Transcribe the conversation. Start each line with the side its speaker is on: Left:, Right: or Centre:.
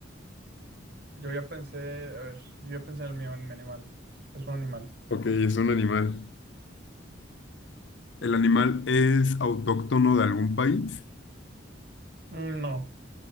Right: Yo ya pensé, a ver, yo ya pensé en el mío, en mi animal. Es un animal.
Left: Ok, es un animal. ¿El animal es autóctono de algún país?
Right: Mm, No,